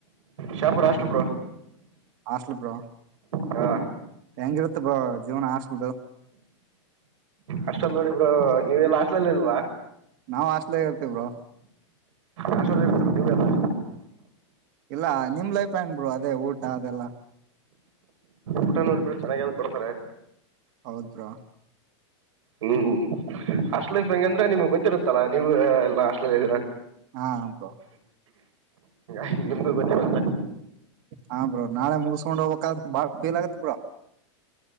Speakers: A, on the right; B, on the right.
A: ಶಾಪುರ ಅಾಷ್ಟಪ
B: ಹಾಸ್ಲ್ಪರ
A: ಹಾ
B: ಹೆಂಗಿರುತ್ತ ಬ ಜೀವನ ಆಸ್ಲ್ದು
A: ಅಷ್ಟಲ್ ನೋಡಿ ಇಬ್್ರರು ನೀವವೆಲ್ಲಾ ಹಾಟ್ಲಲ್ಲಿ ಇಲ್ವಾ
B: ನಾವ್ ಹಾಸ್ಟ್ಲಾಗ ಇರ್ತೀವಿ ಬ್ರೋ
A: ಆಸರ್ ನೀವಲ್ಲ
B: ಇಲ್ಲ ನಿಮ್ ಲೈಫ್ ಹೆಂಗ್ರು ಅದೇ ಊಟ ಅದೆಲ್ಲಾ
A: ಊಟ ನೋಡಿಬ್ರೆ ಚೆನ್ನಾಗ ಕೊಡ್ತಾರೆ
B: ಹೌದಬ್ರಾ
A: ಹ್ಮ್ ಅಷ್ಟಲ ಇಂಗ ಅಂದ್ರೆ ನಿಮಗ್ ಗೊತ್ತಿರುತ್ತಲ್ಲಾ ನೀವು ಎಲ್ಲ ಅಲ ಇದ್ದೀರಾ
B: ಹಾ ಅಬ
A: ಹ ನಿಮ್ಗೂ ಗೊತ್ತಿರಂತ
B: ಹಾ ಬ್ರೋ ನಾಳೆ ಮುಗಸ್ಕೊಂಡ್ ಹೋಗ್ಬೇಕ್ದ್ರಾ ಬಾಳ್ ಫೀಲ್ ಆಗತ್ ಬ್ರೋ